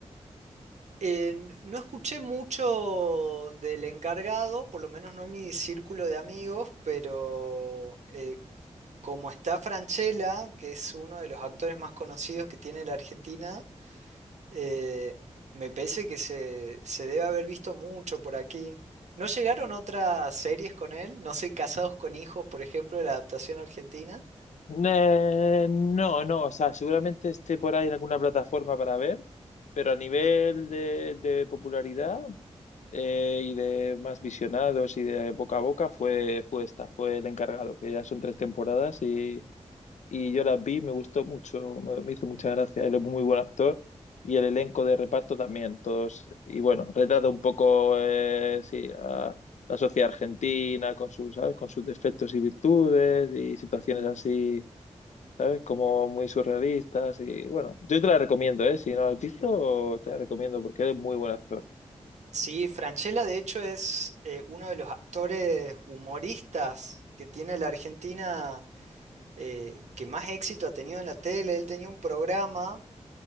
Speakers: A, on the right; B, on the left.
A: Eh, no escuché mucho del encargado, por lo menos no en mi círculo de amigos, pero eh, como está Franchella, que es uno de los actores más conocidos que tiene la Argentina, eh, me parece que se, se debe haber visto mucho por aquí. ¿No llegaron otras series con él? No sé, Casados con Hijos, por ejemplo, la adaptación argentina.
B: Eh, no, no, o sea, seguramente esté por ahí en alguna plataforma para ver, pero a nivel de, de popularidad. eh, y de más visionados y de boca a boca fue, fue esta, fue el encargado, que ya son tres temporadas y, y yo las vi, me gustó mucho, me, me hizo mucha gracia, él es muy buen actor y el elenco de reparto también, todos, y bueno, retrata un poco, eh, sí, a la sociedad argentina con sus, ¿sabes? con sus defectos y virtudes y situaciones así. ¿Sabes? Como muy surrealistas y bueno, yo te la recomiendo, ¿eh? Si no la has visto, te la recomiendo porque él es muy buen actor.
A: Sí, Francella de hecho es eh, uno de los actores humoristas que tiene la Argentina eh, que más éxito ha tenido en la tele. Él tenía un programa